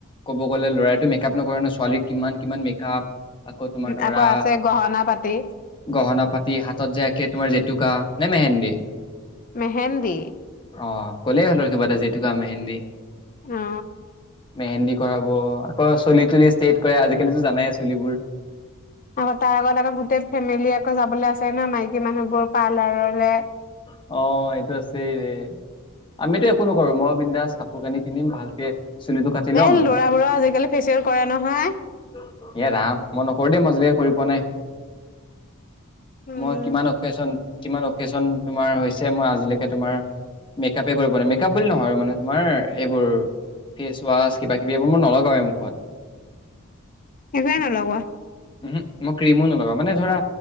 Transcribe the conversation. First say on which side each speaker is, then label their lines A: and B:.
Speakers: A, on the left; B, on the left.
A: ক'ব গ'লে ল'ৰাইতো মেকআপ নকৰে, ন ছোৱালী কিমান কিমান মেকআপ। আকৌ তোমাৰ ধৰা
B: আকৌ আছে গহনা পাতি
A: গহনা পাতি হাতত যে আকে তোমাৰ জেতুকা নে মেহেন্দী।
B: মেহেন্দি
A: অ' ক'লেই সিহঁতৰ কিবা এটা যি টোকা, মেহেন্দী।
B: অ
A: মেহেন্দী কৰাব আকৌ চুলি তুলি ষ্টেট কৰে আজিকালি জানাই চুলিবোৰ
B: আকৌ তাৰ আগত আকৌ গোটেই ফেমিলি আকৌ যাবলৈ আছে ন মাইকী মানুহবোৰ পাৰ্লাৰৰে
A: অ', সেইটো আছে <unintelligible> আমিতো একো নকৰোঁ মই বিন্দাচ কাপোৰ কানি কিনিম ভালকে চুলিটো কাটি‌
B: এ
A: ল'ম,
B: ল'ৰাবোৰৰ আজিকালি ফেচিয়েল কৰে নহয়
A: ‌ ইয়ে ৰাম, মই নকৰোঁ দেই। কৰি পোৱা নাই।
B: উম
A: মই কিমান অকেশচন কিমান কেশচন। তোমাৰ হৈছে ছে মই আজিলৈকে তোমাৰ মেকআপে কৰি পোৱা নাই মেকআপ বুলি নহয়, মানে তোমাৰ এইবোৰ ফেচ ৱাচ কিবা কিবি এইবোৰ মই নলগাওঁ এই মুখত।
B: একোৱে নলগোৱা
A: উ মই ক্ৰীমও নলগাওঁ মানে ধৰা।